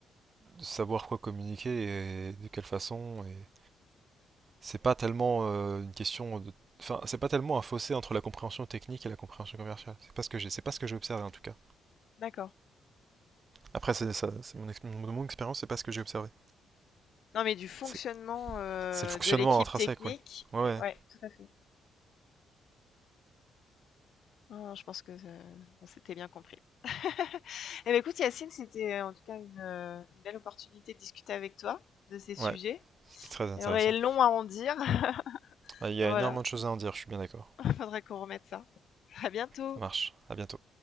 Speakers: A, on the right; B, on the left.
A: de savoir quoi communiquer et de quelle façon et c'est pas tellement euh, une question de... Enfin, c'est pas tellement un fossé entre la compréhension technique et la compréhension commerciale. C'est pas ce que j'ai, c'est pas ce que j'ai observé en tout cas.
B: D'accord.
A: Après, c'est ça, c'est mon, ex- mon- mon expérience, c'est pas ce que j'ai observé.
B: Non, mais du fonctionnement,
A: C'est
B: heu,
A: c'est le fonctionnement
B: de l'équipe
A: intrinsèque,
B: technique
A: ouais. Ouais, ouais,
B: et ouais, tout à fait. Non, je pense que, heu, on s'était bien compris. <laughs> Et bah, écoute Yacine, c'était euh, en tout cas une, heu, une belle opportunité de discuter avec toi de ces sujets.
A: ouais, c'était très intéressant.
B: Il y aurait long à en dire. <laughs>
A: Ouais, Il y
B: Voilà,
A: a énormément de choses à en dire, je suis bien d'accord.
B: faudrait qu'on remette ça. À bientôt.
A: Ça marche. À bientôt.